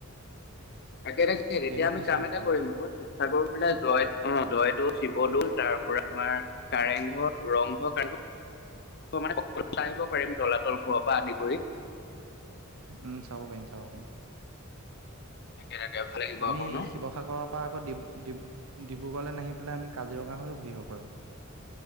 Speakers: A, on the left; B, on the right.
A: তাকে, তাকে তেতিয়া
B: ট্ৰেইনত
A: আমি
B: গুচি
A: কাম
B: আহিব
A: এটা
B: পৰা
A: কৰিম
B: হ'ব
A: আকৌ শিৱসাগৰ পিলাই জয় উম, জয় দৈচ শিৱদৌল তাৰ পৰা আমাৰ কাৰেংঘৰ, ৰংঘৰ কাৰেংঘৰ মানে সকল আহিব পাৰিম তলাতল ঘৰৰ পৰা আদি কৰি
B: উম, চাব পাৰিম চাব পাৰিম।
A: তাকে তাকে ভাল লাগিব
B: আমি
A: আকৌ ন
B: শিৱসাগৰৰ পৰা আকৌ ডিব ডিব্ৰুগড়লৈ নাহি পেলাই আমি কাজিৰঙা হৈও ঘূৰিব‌ আহিব পাৰো।